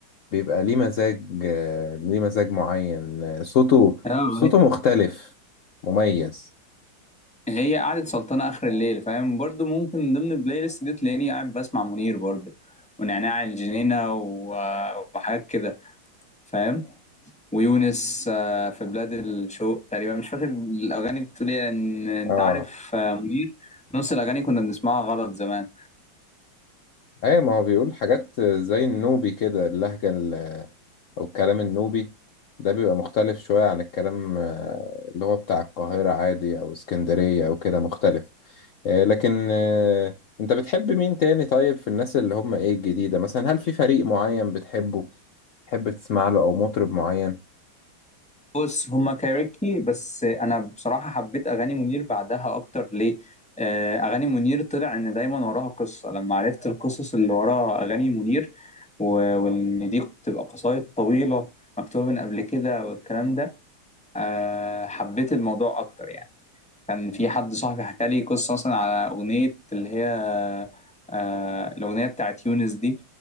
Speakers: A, on the left; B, in the centre.
A: بيبقى ليه مزاج آه، ليه مزاج معين آه، صوته
B: اه
A: صوته
B: هي-
A: مختلف مميز
B: هي قعدة سلطنة آخر الليل فاهم برضو ممكن من ضمن البلاي ليست دي تلاقيني قاعد بسمع منير برضو ونعناع الجنينة و- وحاجات كده فاهم ويونس آه، في بلاد الشوق تقريبا مش فاكر الأغاني بتقول إيه لأن أنت
A: اه
B: عارف آه، منير نص الأغاني كنا بنسمعها غلط زمان
A: ايه ما هو بيقول حاجات زي النوبي كده اللهجة ال- او الكلام النوبي ده بيبقى مختلف شوية عن الكلام آه، اللي هو بتاع القاهرة عادي او اسكندرية او كده مختلف آه، لكن آه، انت بتحب مين تاني طيب في الناس اللي هم ايه الجديدة مثلا هل في فريق معين بتحبه تحب تسمع له او مطرب معين
B: بص هما كايروكي بس انا بصراحه حبيت اغاني منير بعدها اكتر ليه آه، اغاني منير طلع ان دايما وراها قصه لما عرفت القصص اللي ورا اغاني منير و- وان دي بتبقى قصايد طويله مكتوبه من قبل كده والكلام ده آه، حبيت الموضوع اكتر يعني كان في حد صاحبي حكى لي قصة مثلا على أغنية اللي هي آه الأغنية بتاعت يونس دي